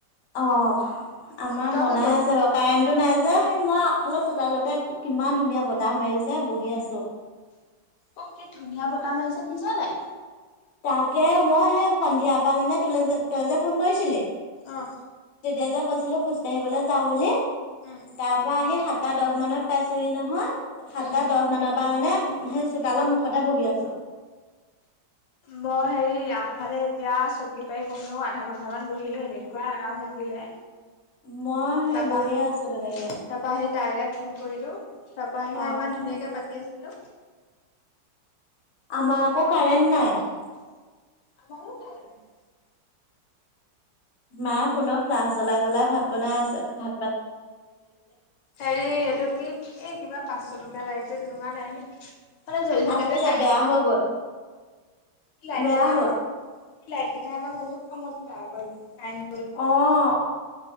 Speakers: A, on the left; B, on the left.
A: অ', আমাৰ
B: তই
A: বনাই
B: কি কৰিছ
A: আছে বাৰু কাৰেন্টটো নাই যে। যে সেই মই আলপ চোতালতে কিমান ধুনীয়া বতাহ মাৰিছে বহি আছো।
B: অ', কি ধুনীয়া বতাহ মাৰিছে দেখিছ নে নাই?
A: তাকে মই সেই সন্ধিয়া পৰা মানে তোলে যে তই যে ফোন কৰিছিলি?
B: অ'।
A: তেতিয়া যে কৈছিলো খোজ কঢ়িবলৈ যাওঁ বুলি?
B: উম,
A: তাৰ পৰা আহি সাতটা-দহ মানত পাইছোঁহি নহয়, সাতটা
B: উম
A: দহ মানৰ পৰা মানে সেই চোতালত মুখতে বহি আছো।
B: মই সেই আগফালে এতিয়া চকী পাৰি কমিও আধা ঘন্টামান বহিলো, এনেকুৱা আৰাম লাগিলে।
A: মই সেই
B: তাৰপা
A: বহিয়েই আছো তেনেকে।
B: তাৰপা সেই তাইলৈ ফোন কৰিলো, তাৰপা সেই
A: অ
B: ইমান ধুনীয়াকে পাতি আছিলোঁ।
A: আমাৰ আকৌ কাৰেণ্ট নাই।
B: আমাৰো কাৰেণ্ট নাই।
A: মায়ে ফোনৰ ফ্লাছ জ্বলাই, জ্বলাই ভাত বনাই আছে, ভা
B: হেৰি এইটো কি এই কিবা পাঁচশ টকীয়া লাইট তেনেকুৱা নাইে নেকি? মানে জ্বলি থাকে
A: আছিলে
B: যে কায়েণ্ট
A: বেয়া
B: গ'লেও।
A: হৈ গ'ল
B: সেই লাইটকেইটা
A: বেয়া হ'ল
B: আমাক সেই লাইটকেইটাই আমাক বহুত কামত দিয়ে <unintelligible>
A: অ',